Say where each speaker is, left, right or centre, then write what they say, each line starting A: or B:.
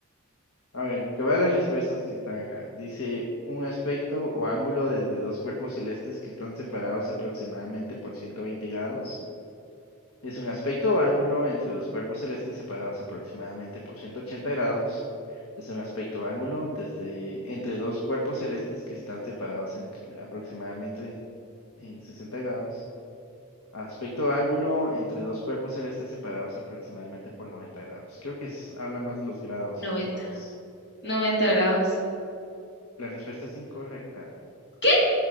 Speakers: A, on the left; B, on the left.
A: a ver, te voy a las respuestas que están acá. Dice un aspecto o ángulo desde dos cuerpos celestes que están separados aproximadamente por 120 grados. Es un aspecto o ángulo entre dos cuerpos celestes separados aproximadamente por 180 grados. Es un aspecto o ángulo desde, entre dos cuerpos celestes que están separados entre- aproximadamente en, en 60 grados. Aspecto o ángulo entre dos cuerpos celestes separados aproximadamente por 90 grados. Creo que es- habla más de los grados
B: Noventa,
A: en los cuales.
B: noventa grados.
A: La respuesta es incorrecta.
B: ¿Qué?